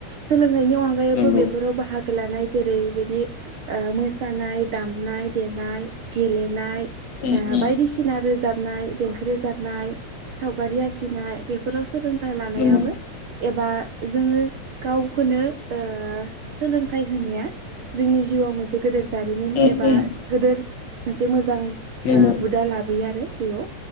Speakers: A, on the right (about 60°); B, on the left (about 60°).
A: जां नि अनगायैबो
B: नंगौ
A: बेफोराव बाहागो लानाय जेरैबायदि मोसानाय दामनाय देनाय गेले नाय
B: उम उम
A: बायदिसिना रोजाबनाय देंखो रोजाबनाय सावगारि आखिनाय बेफोराव सोलोंथाइ लानायाबो
B: नंगौ
A: एबा जोङो गावखौनो ओ सोलोंथाइ होनाया जोंनि जिउआव मोनसे गोदोर जारिमिन
B: उम
A: एबा
B: उम
A: गेदोर <unintelligible> मोजां
B: नंगौ
A: हुदा लाबोयो आरो हेल'